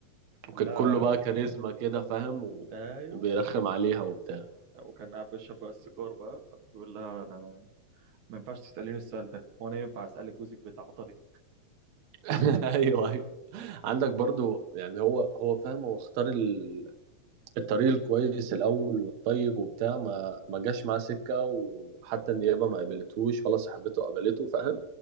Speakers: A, on the right (about 70°); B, on the right (about 85°).
A: وكان
B: قال لها
A: كله بقى كاريزما كده فاهم و...
B: ايوه
A: وبيرخم عليها وبتاع
B: وكان قاعد بيشرب بقى السيجار بقى بيقول لها انا ما ينفعش تسأليني السؤال ده هو انا ينفع اسألك جوزك بيتعاطى ليه؟
A: <laughs> ايوه ايوه عندك برضو يعني هو هو فاهم هو اختار ال- الطريق الكويس الاول والطيب وبتاع ما ما جاش معاه سكه وحتى النيابه ما قبلتهوش ولا صاحبته قبلته فاهم